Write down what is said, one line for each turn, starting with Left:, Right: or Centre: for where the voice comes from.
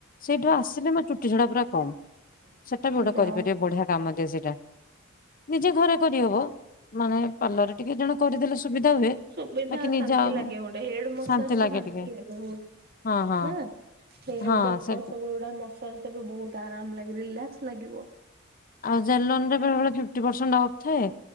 Left: ସେଇଠୁ ଆସିଲି ମୋ ଚୁଟି ଝଡା ପୁରା କମ
Right: <inaudible>
Left: ଟ ବି ଗୋଟେ
Right: ଯାଅ
Left: କରିପାରିବେ ବଢିଆ କାମ ଦିଏ ସେଇଟା ନିଜେ ଘରେ କରିହବ ମାନେ ପାଲର ରେ ଟିକେ ଜଣେ କରିଦେଲେ ସୁବିଧା ହୁଏ।
Right: ସୁବିଧା
Left: ବାକି ନିଜେ
Right: ଶାନ୍ତି
Left: ଆଉ
Right: ଲାଗେ ଗୋଟେ। ହେଡ୍ ମସାଜ
Left: ଶାନ୍ତି ଲାଗେ
Right: ଟା ଶାନ୍ତି
Left: ଟିକେ
Right: ଲାଗେ ବହୁତ
Left: ହଁ ହଁ
Right: ନା ହେଡ୍
Left: ହଁ
Right: ବେକ
Left: ସେ
Right: ସବୁ ଯୁଡା ମ ଚଲତେ ବି ବହୁତ ଆରାମ ଲାଗେ ରିଲାକ୍ସ ଲାଗିବ।
Left: ଆଉ ଜେଲନ ରେ ବେଳେ ବେଳେ ଫିପ୍ଟି ପର୍ସେଣ୍ଟ ଅପ୍ ଥାଏ।